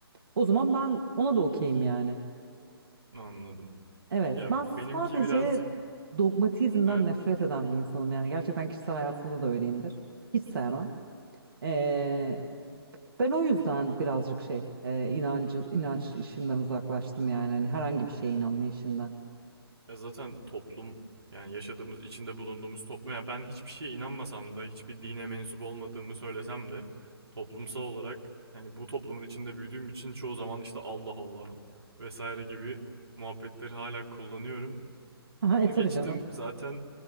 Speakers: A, on the right; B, on the right.
A: O zaman ben ona da okeyim yani.
B: Anladım.
A: Evet
B: Ya
A: ben sadece
B: benimki birazcık
A: dogmatizmden
B: evet
A: nefret eden bir insanım yani. Gerçekten kişisel hayatımda da öyleyimdir. Hiç sevmem. Ee, Ben o yüzden birazcık şey e, inancı inanç işinden uzaklaştım yani hani herhangi bir şeye inanma işinden.
B: Ya zaten toplum yani yaşadığımız içinde bulunduğumuz toplum yani ben hiçbir şeye inanmasam da hiçbir dine mensup olmadığımı söylesem de toplumsal olarak yani bu toplumun içinde büyüdüğüm için çoğu zaman işte Allah Allah vesaire gibi muhabbetleri hala kullanıyorum.
A: <laughs> Aha,
B: Onu
A: e tabii
B: geçtim
A: canım.
B: zaten